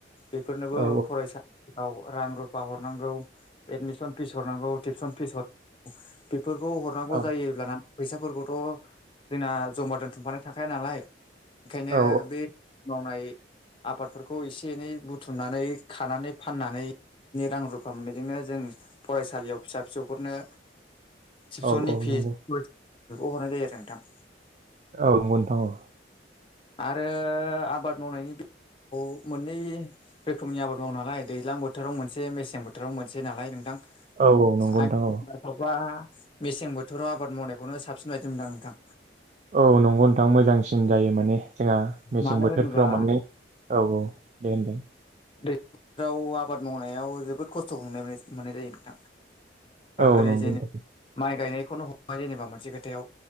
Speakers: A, on the left; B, on the right.
A: बेफोरनोबो
B: औ
A: फरायसालियाव रां रुफा हरनांगौ। एडमिसन फिस हरनांगौ टिउसन फिस हरनांगौ बेफोरखौ हरनांगौ
B: औ
A: जायोब्लाना फैसाफोरखौथ' जोंना जमा दोनथुमखानाय थाखाया नालाय बेखायनो
B: औ
A: बे मावनाय आबादफोरखौ एसे एनै बुथुमनानै खानानै फाननानै रां रुफा फा मोननायजोंनो जों फरायसालियाव फिसा फिसौफोरनो टिउसननि
B: औ औ
A: फिसखौ
B: नंगौ
A: हरनाय जायो आरो नोंथां।
B: औ नंगौ नोंथां औ
A: आरो आबाद मावनायनि बेलायाव मोननै रोखोमनि आबाद मावो नालाय दैज्लां बोथोराव मोनसे मेसें बोथोराव मोनसे नालाय नोंथां
B: औ औ नंगौ नोंथां
A: आंनि
B: औ
A: मथेबा मेसें बोथोराव आबाद मावनायखौनो साबसिन बायदि मोनदां नोंथां।
B: औ नंगौ नोंथां मोजांसिन जायो माने। जोंहा मेसें
A: मानो
B: बोथोरफ्राव
A: होनोब्ला
B: मोननै औ औ दे होनदो
A: फ्राव आबाद मावनायाव जोबोद खस्थ'खौ मोननाय जायो नोंथां।
B: औ
A: ओरै
B: नंगौ
A: जेनेबा
B: नोंथां
A: माइ गायनायखौनो हमबाय जेनेबा मोनसे खोथायाव